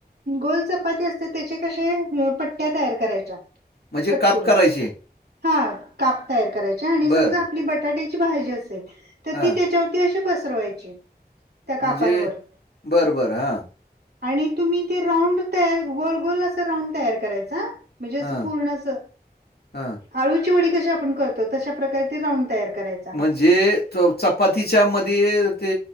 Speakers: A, on the right; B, on the left.
A: गोल चपाती असते. त्याचे कशे पट्ट्या तयार करायच्या.
B: म्हणजे
A: कट
B: काप
A: करून
B: करायचे?
A: हा काप तयार करायच्या आणि
B: बरं.
A: समजा आणि बटाट्याची भाजी असेल. तर
B: हां.
A: ती त्याच्यावरती अशी पसरवायची त्या
B: म्हणजे
A: कापांनवर
B: बरं, बरं. हां,
A: आणि तुम्ही ही ते राऊंड तयार गोल, गोल अस राऊंड तयार करायचा. म्हणजे असं
B: हां,
A: पूर्ण अस.
B: हां.
A: आळूची वडी कशी आपण करतो तशा प्रकारे ते राऊंड तयार करायच.
B: म्हणजे <unintelligible> तीच्या मध्ये ते